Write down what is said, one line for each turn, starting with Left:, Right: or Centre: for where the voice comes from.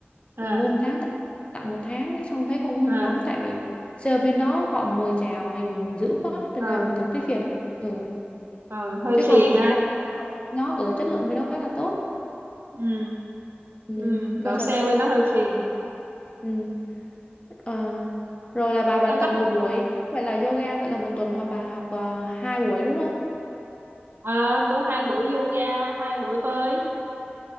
Right: à
Left: Rồi môn tháng tặng tặng một tháng xong thấy không hợp
Right: à
Left: lắm tại vì sale bên đó họ mời chào mình dữ quá cho nên
Right: ừ
Left: là mình cảm thấy phiền. Ừ.
Right: ừ hơi
Left: Chứ
Right: phiền
Left: còn thật
Right: ha
Left: ra nó ở chất lượng bên đó khá là tốt.
Right: ừ
Left: Ừ.
Right: ừ
Left: Cơ
Right: đổ
Left: sở
Right: xe
Left: vật
Right: bên
Left: chất.
Right: đó hơi phiền
Left: Ừ. Ờ, rồi là bà bà
Right: bên đó
Left: tập một buổi vậy là yoga vậy là một tuần học bà học ờ, hai buổi đúng không
Right: à, tôi hai buổi yoga hai buổi bơi